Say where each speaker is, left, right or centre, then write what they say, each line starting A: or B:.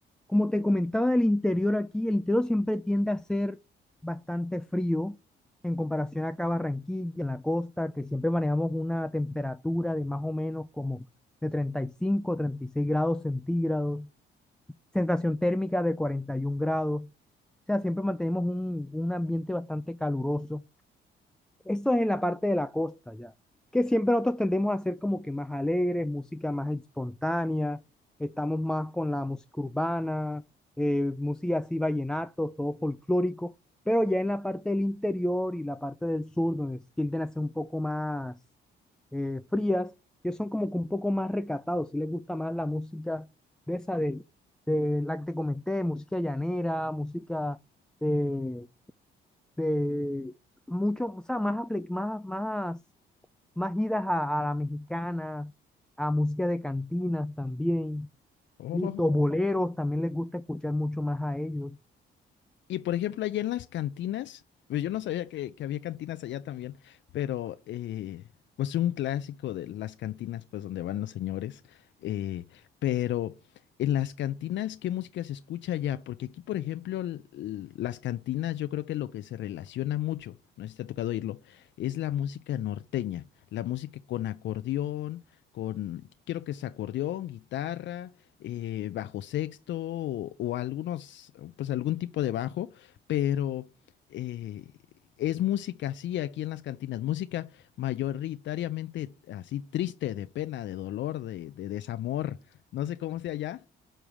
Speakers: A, in the centre; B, on the left (about 65°).
A: como te comentaba del interior, aquí el interior siempre tiende a ser bastante frío en comparación acá a Barranquilla, en la costa, que siempre manejamos una temperatura de más o menos como de treinta treinta y cinco treinta y seis grados centígrados. sensación térmica de 41 grados. O sea, siempre mantenemos un, un ambiente bastante caluroso eso es en la parte de la costa ya, que siempre nosotros tendemos a ser como que más alegres, música más espontánea, estamos más con la música urbana, eh, música así vallenato, todo folclórico, pero ya en la parte del interior y la parte del sur, donde tienden a ser un poco más eh, frías, ellos son como que un poco más recatados, si les gusta más la música de esa de, de la que te comenté, música llanera, música de de mucho, o sea, más, apli- más, más, más idas a, a la mexicana, a música de cantinas también,
B: Oh.
A: listo, boleros, también les gusta escuchar mucho más a ellos.
B: Y por ejemplo, allá en las cantinas, pues yo no sabía que, que había cantinas allá también, pero eh, pues un clásico de las cantinas, pues donde van los señores. eh, pero en las cantinas, ¿qué música se escucha allá? Porque aquí, por ejemplo, l- l- las cantinas, yo creo que lo que se relaciona mucho, no sé si te ha tocado oírlo, es la música norteña, la música con acordeón, con, quiero que es acordeón, guitarra eh, bajo sexto o, o algunos, pues algún tipo de bajo, pero eh, es música así aquí en las cantinas, música mayoritariamente así triste, de pena, de dolor, de, de desamor, no sé cómo sea allá.